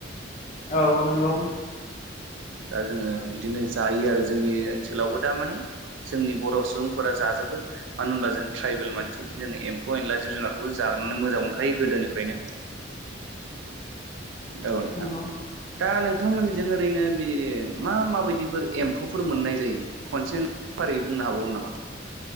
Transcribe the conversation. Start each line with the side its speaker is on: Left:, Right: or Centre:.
Left: औ नोंगौ।
Right: दा जोङो बिदिनो जायो आरो जोंनि ओनसोलावबो दा माने जोंनि बर' सुबुंफोरा जाजोबो। मानो होनब्ला जों ट्राइबेल मानसि जोंङो एम्फौ एनला जिब जुनारखौ जा ओरैनो मोजां मोनखायो गोदोनिफ्रायनो।
Left: <inaudible>
Right: औ नोंथां।
Left: नंगौ
Right: दा नोंथांमोननिजों ओरैनो बि मा माबायदिफोर एम्फौफोर मोननाय जायो खनसे फारियै बुंनो हाबावगोन नामा?